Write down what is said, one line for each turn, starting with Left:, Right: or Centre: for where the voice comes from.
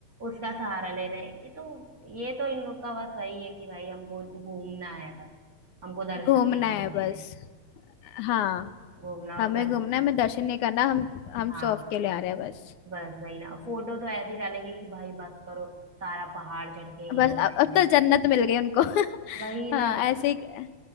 Right: उसका सहारा ले रहे हैं ये तो ये तो इन लोग का बस वही है कि भाई हमको घूमना है बस हमको दर्शन
Left: घूमना
Right: नहीं करने
Left: है बस
Right: हैं
Left: हाँ
Right: घूमना
Left: हमें
Right: और दर्शन
Left: घूमना है हमें दर्शन नहीं करना हम हम
Right: हाँ
Left: शौक के लिए आ रहे हैं बस
Right: बस वही ना फोटो तो ऐसे ही डालेंगे कि भाई बस करो सारा पहाड़ चढ़ के यही
Left: बस अब,
Right: आए
Left: अब तो
Right: हैं
Left: जन्नत मिल गई उनको <laughs>
Right: वही ना
Left: हाँ ऐसे ही